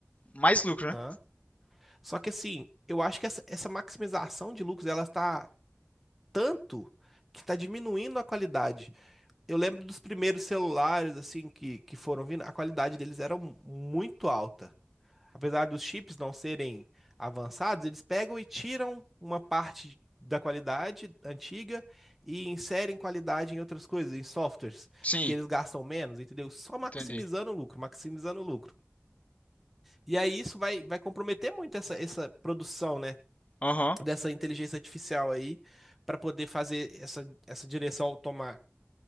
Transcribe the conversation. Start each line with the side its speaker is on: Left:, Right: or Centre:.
Left: mais lucro, né?
Centre: hã? Só que assim, eu acho que essa, essa maximização de lucros, ela está tanto que está diminuindo a qualidade. Eu lembro dos primeiros celulares, assim, que, que foram vindo, a qualidade deles era mu- muito alta. Apesar dos chips não serem avançados, eles pegam e tiram uma parte da qualidade antiga e inserem qualidade em outras coisas, em softwares,
Left: Sim,
Centre: que eles gastam menos, entendeu? Só maximizando
Left: entendi.
Centre: o lucro, maximizando o lucro. E aí isso vai, vai comprometer muito essa, essa produção, né?
Left: Aham,
Centre: Dessa inteligência artificial aí, para poder fazer essa, essa direção automa